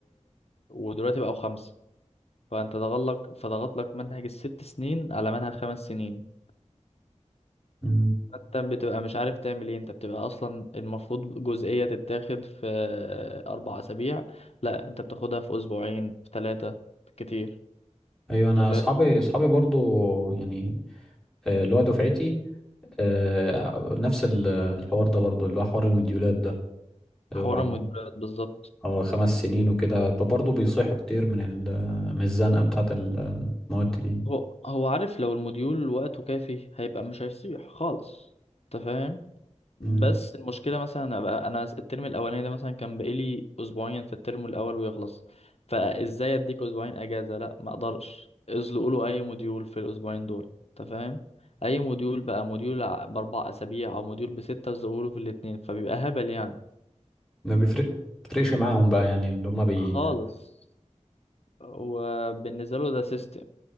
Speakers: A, on the left; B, in the centre.
A: ودلوقتي بقوا خمسة فأنت ضغط لك فضغط لك منهج الست سنين على منهج خمس سنين
B: مم.
A: انت بتبقى مش عارف تعمل ايه انت بتبقى اصلا المفروض جزئية تتاخد في اربع اسابيع لا انت بتاخدها في اسبوعين في ثلاثة كتير
B: ايوه
A: انت
B: انا
A: فاهم
B: اصحابي اصحابي برضو يعني آه، اللي هو دفعتي آه، نفس ال- الحوار ده برضو اللي هو حوار المديولات ده
A: حوار
B: هو عاملين
A: الموديولات بالظبط
B: اه خمس سنين وكده ب- برضو بيصيحوا كتير من ال- من الزنقه بتاعه ال- المواد دي
A: هو هو عارف لو الموديول وقته كافي هيبقى مش هيصيح خالص انت فاهم بس
B: مم.
A: المشكلة مثلا أبقى أنا الترم الأولاني ده مثلا كان بقالي أسبوعين في الترم الأول ويخلص فإزاي أديك أسبوعين أجازة لأ ما أقدرش ازلقوا له أي موديول في الأسبوعين دول أنت فاهم أي موديول بقى موديول ع- بأربع أسابيع أو موديول بستة ازلقوا له في الاتنين فبيبقى هبل يعني
B: ما بيفرق بيفرقش معاهم بقى يعني اللي هم بي
A: خالص وبالنسبة له ده سيستم